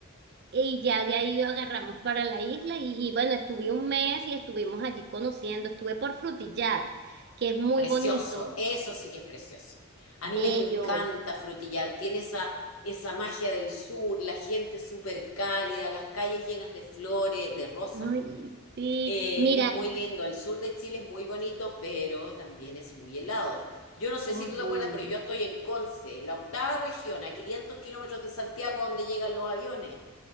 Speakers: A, on the right (about 50°); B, on the left (about 70°).
A: Y ya de ahí agarramos para la isla y, y bueno, estuve un mes y estuvimos allí conociendo, estuve por Frutillar, que es muy
B: Precioso,
A: bonito,
B: eso sí que es precioso. A
A: bello,
B: mí me encanta frutillar, tiene esa, esa magia del sur, la gente súper cálida, las calles llenas de flores, de rosas.
A: ay, sí,
B: Eh,
A: mira,
B: es muy lindo, el sur de Chile es muy bonito, pero también es muy helado. Yo no sé
A: horrible.
B: si tú te acuerdas, pero yo estoy en Conce, la octava región, a 500 kilómetros de Santiago, donde llegan los aviones.